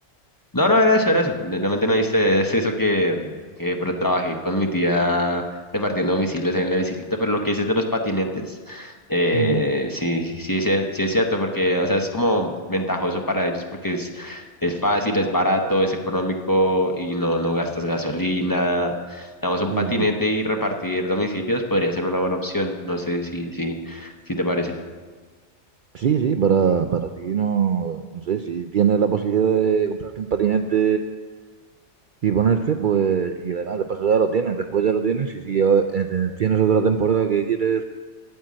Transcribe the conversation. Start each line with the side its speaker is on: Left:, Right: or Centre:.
Left: No, no, era eso, era eso. Realmente no viste, es eso que, que pro- trabajé con mi tía repartiendo domicilios en la bicicleta, pero lo que dices de los patinetes, eh,
Right: Ujú.
Left: sí, sí, sí es cier- sí es cierto, porque, o sea, es como ventajoso para ellos porque es, es fácil, es barato, es económico y no, no gastas gasolina. Damos un
Right: Sí,
Left: patinete
Right: sí.
Left: y repartir domicilios podría ser una buena opción, no sé si, si, si te parece.
Right: Sí, sí, para, para ti no, no sé, si tienes la posibilidad de comprarte un patinete y ponerte, pues, y además de paso ya lo tienes, después ya lo tienes, y si eh, te- tienes otra temporada que quieres